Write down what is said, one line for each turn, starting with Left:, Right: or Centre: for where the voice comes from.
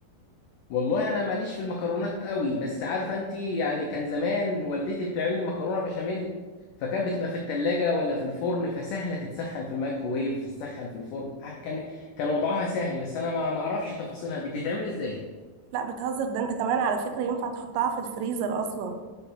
Left: والله انا ماليش في المكرونات قوي بس عارفه انت يعني كان زمان والدتي بتعمل لي مكرونه بشاميل فكان بتبقى في التلاجة ولا في الفرن فسهلة تتسخن في الميكروويف تتسخن في الفرن عار- كان كان وضعها سهل بس انا ما ما اعرفش تفاصيلها دي بتتعمل ازاي
Right: لا بتهزر ده انت كمان على فكرة ينفع تحطها في الفريزر اصلا